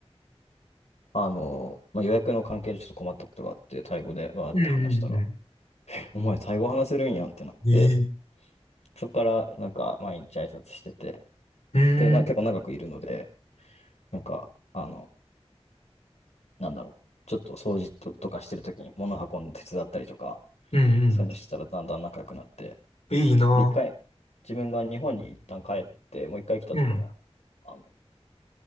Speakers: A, on the left (about 85°); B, on the left (about 70°).
A: あの、まあ、予約の関係でちょっと困ったことがあって、タイ語でわーって話したら、
B: うんうんう
A: お前、タイ語話せるんやんってなって、
B: ん。えー
A: そこからなんか、毎日挨拶してて、
B: うーん
A: で、まあ、結構長くいるので、なんか、あの、なんだろう、ちょっと掃除と、とかしてるときに物運んで手伝ったりとか、
B: うん
A: そういうのしてたらだんだん仲良くなって、
B: うん。いいな。
A: で、一回、自分が日本に一旦帰って、もう一回来たときも、
B: うん。
A: あの、